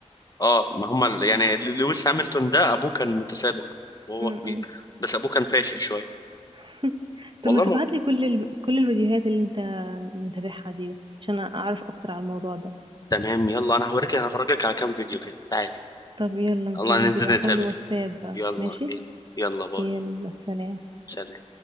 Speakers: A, on the left; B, on the right.
A: اه ما هم ال- يعني لويس هامilton ده ابوه كان متسابق وهو
B: م
A: كبير
B: -م.
A: بس ابوه كان فاشل شويه
B: <laughs> طب
A: والله
B: ما تبعت
A: ما
B: لي كل ال... كل الفيديوهات اللي انت متابعها دي عشان اعرف اكتر على الموضوع ده
A: تمام يلا انا هوريك هفرجك على كام فيديو كده تعالي
B: طب يلا مستنيك
A: يلا ننزل
B: ابعتهم
A: نتقابل
B: لي واتساب بقى
A: يلا
B: ماشي
A: بينا يلا باي
B: يلا سلام
A: سلام